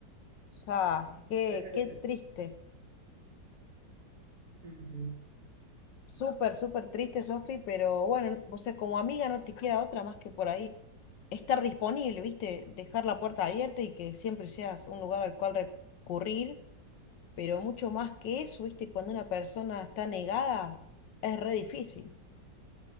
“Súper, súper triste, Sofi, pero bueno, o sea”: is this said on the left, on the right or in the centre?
Left